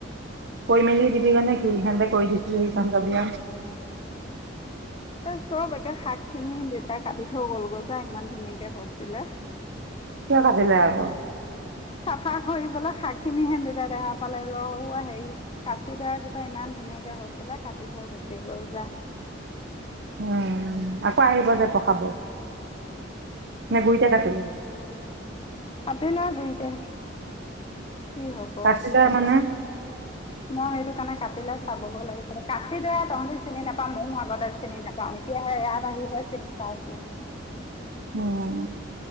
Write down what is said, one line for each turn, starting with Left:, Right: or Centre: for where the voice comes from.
Right: কৈ মেলি দিবিগে নেকি? কৰি দিছিলেহি চন্দ্ৰ বিয়াত
Left: আ <inaudible> চব একে শাক খিনি দেতা কাটি গ'লগৈ যা ইমান ধুনীয়াকে হৈছিলে।
Right: কি কাটিলে আকৌ
Left: চাফা কৰিবলৈ শাক খিনি হেন্দতা দিয়া ফালে ৰুৱা হেৰি কাঁচিদৈয়া জোপা ইমান ধুনীয়াকে হৈছিলে কাটি থৈ গুচি গল যা
Right: উম আকৌ আহিব যে পোখাব নে গুৰিতে কাটিলে
Left: কাটিলে গুৰিতে কি হব
Right: কাটিলে মানে
Left: মই সেইটো কাৰণে কাটিলে চাবগৈ লাগিছিল কাঁচিদৈয়া তাহাঁতি চিনি নাপায় ।ময়ো আগতে চিনি নাপাওঁ এতিয়াহে ইয়াত আহিহে চিনি পাওঁচোন
Right: উম